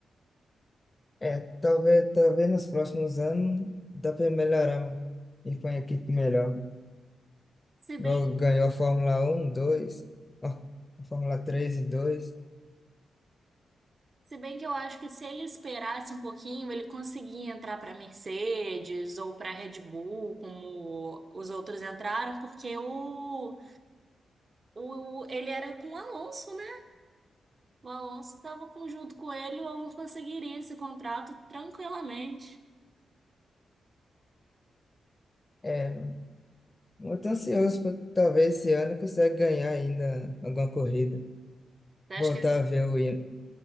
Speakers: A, on the left (about 25°); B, on the right (about 40°).
A: É, talvez, talvez nos próximos anos dá para melhorar, mano. E com a equipe melhor.
B: Se bem,
A: Igual ganhou a Fórmula Um, 2, ó, a Fórmula Três e 2.
B: se bem que eu acho que se ele esperasse um pouquinho, ele conseguia entrar para Mercedes ou para Red Bull, como os outros entraram, porque o O, ele era com o Alonso, né? O Alonso estava junto com ele, o Alonso conseguiria esse contrato tranquilamente.
A: É, mano, eu ansioso pra talvez esse ano consegue ganhar ainda alguma corrida.
B: Eu
A: Voltar
B: Acho que, esse
A: a ver o hino,